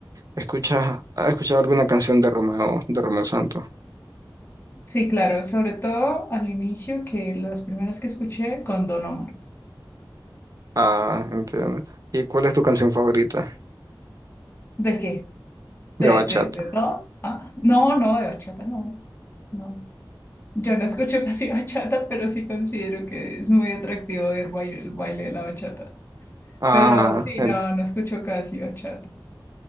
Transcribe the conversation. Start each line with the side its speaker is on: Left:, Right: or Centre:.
Right: escuchas, ¿has escuchado alguna canción de Romeo, de Romeo Santos?
Left: Sí, claro, sobre todo al inicio, que las primeras que escuché con Don Omar.
Right: Ah, entiendo. ¿Y cuál es tu canción favorita
Left: ¿De qué? ¿De,
Right: de bachata?
Left: de, de rock? Ah, no, no, de bachata no. No. Yo no escucho <laughs> casi bachata, pero sí considero que es muy atractivo ver baile- el baile de la bachata.
Right: Ah,
Left: Pero sí,
Right: en-
Left: no, no escucho casi bachata.